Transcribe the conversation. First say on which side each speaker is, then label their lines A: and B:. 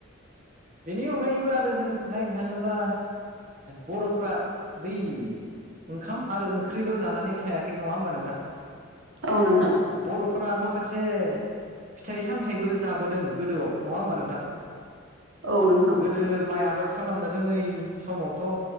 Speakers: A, on the right; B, on the right.
A: बेनि अनगायैबो आरो जों नायनो थाङोब्ला बर'फोरा बै ओंखाम आरो ओंख्रिल' जानानै थायाखै नङा होमबा नोंथां?
B: औ नोंथां।
A: बर'फोरा माखासे फिथाइ सामथायाइबो जाबोदों गोदोआव नङा होमबा नोंथां
B: औ नोंथां
A: गोदो माइ आबाद खालामनो रोङै समावथ'